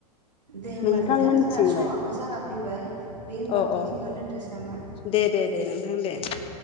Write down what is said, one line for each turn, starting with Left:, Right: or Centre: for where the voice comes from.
Right: दे होमबा
Left: नोंथांमोनथिंलाय
Right: नोंथां जोंना समाबबो जाना फैबाय बे होमबा
Left: अ
Right: बेखिनियावनो
Left: अ
Right: दोनथ'सै नामा?
Left: दे दे दे नोंथां दे
Right: औ